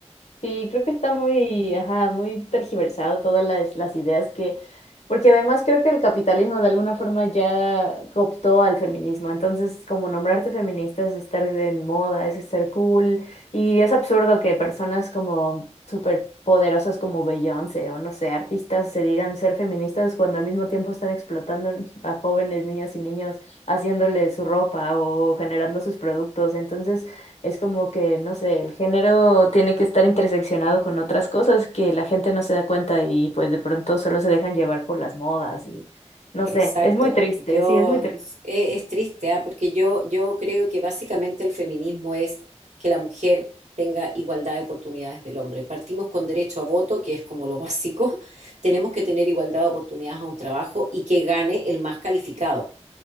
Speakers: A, on the left; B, on the right.
A: Sí, creo que está muy, ajá, muy tergiversado todas las, las ideas que, porque además creo que el capitalismo de alguna forma ya cooptó al feminismo, entonces como nombrarte feminista es estar en moda, es estar cool, y es absurdo que personas como súper poderosas como Beyoncé o no sé, artistas se digan ser feministas cuando al mismo tiempo están explotando a jóvenes, niñas y niños, haciéndoles su ropa o generando sus productos, entonces... Es como que, no sé, el género tiene que estar interseccionado con otras cosas que la gente no se da cuenta y pues de pronto solo se dejan llevar por las modas y no
B: Exacto,
A: sé, es muy triste,
B: yo
A: sí, es muy triste,
B: e- es, triste, ¿ah? Porque yo, yo creo que básicamente el feminismo es que la mujer tenga igualdad de oportunidades del hombre. Partimos con derecho a voto, que es como lo <laughs> básico. Tenemos que tener igualdad de oportunidades a un trabajo y que gane el más calificado.